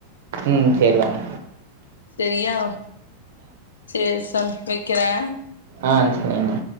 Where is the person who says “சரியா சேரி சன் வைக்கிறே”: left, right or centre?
Left